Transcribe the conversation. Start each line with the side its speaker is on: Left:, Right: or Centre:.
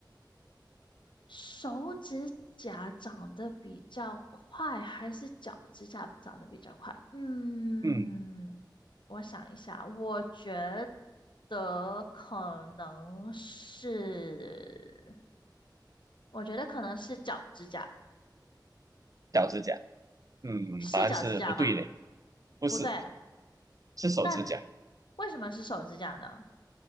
Left: 手指甲长得比较快，还是脚指甲长得比较快？嗯，
Right: 嗯，
Left: 我想一下，我觉得可能是，我觉得可能是脚指甲，
Right: 脚指甲，嗯，
Left: 是脚指甲吗？
Right: 答案是不对的，不是，
Left: 不对，
Right: 是手指甲。
Left: 那为什么是手指甲呢？